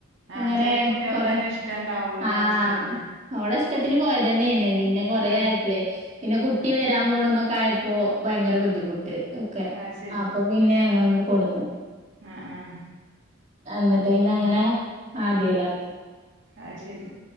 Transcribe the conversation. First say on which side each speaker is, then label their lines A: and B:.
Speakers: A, on the right; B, on the right.
A: ആഹ്
B: ഇങ്ങനെ
A: ചെല കുട്ടികൾക്കന്നെ
B: കൊറേ
A: ഇഷ്ടണ്ടാവൂല
B: ആഹ്
A: ഹോസ്റ്റലില്
B: ഓളെ ഇഷ്ടത്തിന് പോയതന്നേണ് പിന്നെ കൊറേയാ
A: ആഹ്
B: പ്പൊളെ പിന്നെ കുട്ടി
A: ആഹ്
B: വരാൻ പോണുന്നൊക്ക ആയപ്പോ ഭയങ്കര ബുദ്ധിമുട്ട് ഒക്കെ
A: അത് ശരി
B: അപ്പോ പിന്നെ ഞങ്ങളിങ്ങട് കൊടുന്നു
A: ആഹ് ആഹ്
B: എന്നിട്ട് പിന്നെ അങ്ങനെ ഹാദിയേലാക്കി
A: അത്ശരി